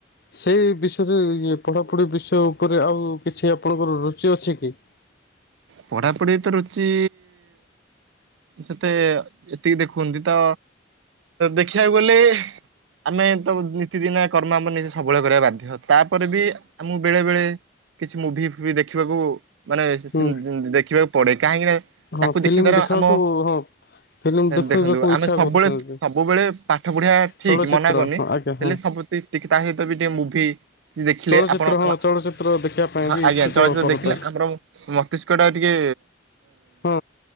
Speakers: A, on the left; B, on the right.
A: ସେଇ ବିଷୟରେ ଇଏ ପଢାପଢି ବିଷୟ ଉପରେ ଆଉ କିଛି ଆପଣଙ୍କର ରୁଚି ଅଛି କି?
B: ପଢାପଢି ତ ରୁଚି ସେତେ ଏତିକି ଦେଖୁନ୍ତି ତ ଦେଖିବାକୁ ଗଲେ। ଆମେ ତ ନିୀତିଦିିନଆ କର୍ମ ଆମର ନିଜ ସବେଳେ କରିବା ବାଧ୍ୟ ତାପରେ ବି ଆମୁଁ ବେଳେ ବେଳେ କିଛି ମୁଭି ଫୁଭି ଦେଖିବାକୁ ମାନେ ଦେଖିବାକୁ
A: ହୁଁ
B: ପଡେ କାହିଁକି ନା
A: ହଁ
B: ତାକୁ
A: ଫିଲ୍ମ
B: ଦେଖିବା ଦ୍ଵାରା
A: ଦେଖିବାକୁ
B: ଆମ
A: ହଁ ଫିଲ୍ମ ଦେଖେଇବାକୁ
B: ଦେଖନ୍ତୁ
A: ଇଚ୍ଛା
B: ଆମେ ସବୁବେଳେ
A: କରୁଛନ୍ତି।
B: ସବୁବେଳେ ପାଠ ପଢିବା ଠିକ
A: ଚଳଚ୍ଚିତ୍ର
B: ମନା କରୁନି
A: ହଁ ଆଜ୍ଞା
B: ହେଲେ
A: ହଁ।
B: ସବୁ ଟି ଟିକେ ତା ସହିତ ବି ଟିକେ ମୁଭି କି ଦେଖିଲେ
A: ଚଳଚ୍ଚିତ୍ର
B: ଆପଣ
A: ହଁ
B: ହଁ
A: ଚଳଚ୍ଚିତ୍ର ଦେଖିବା ପାଇଁ ବି ଇଚ୍ଛୁକ
B: ଆଜ୍ଞା ଚଳଚିତ୍ର
A: କରତ
B: ଦେଖିଲେ ବରଂ ମସ୍ତିଷ୍କ ଟା ଟିକେ
A: ହଁ